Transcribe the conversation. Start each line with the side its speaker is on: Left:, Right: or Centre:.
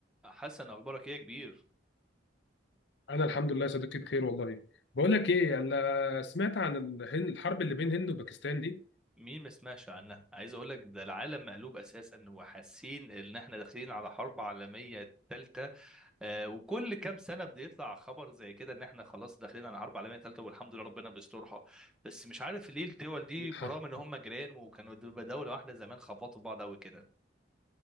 Centre: حسن اخبارك ايه يا كبير
Left: انا الحمد لله يا صديقي بخير والله بقول لك ايه انا سمعت عن الهند الحرب اللي بين هند وباكستان دي
Centre: مين ما سمعش عنها عايز اقول لك ده العالم مقلوب اساسا وحاسين ان احنا داخلين على حرب عالميه ثالثه آه وكل كام سنه بيطلع خبر زي كده ان احنا خلاص داخلين على حرب عالميه ثالثه والحمد لله ربنا بيسترها بس مش عارف ليه الدول دي
Left: <laughs>
Centre: برغم
Left: ها.
Centre: ان هم جيران وكانوا دول- دوله واحده زمان خبطوا في بعض قوي كده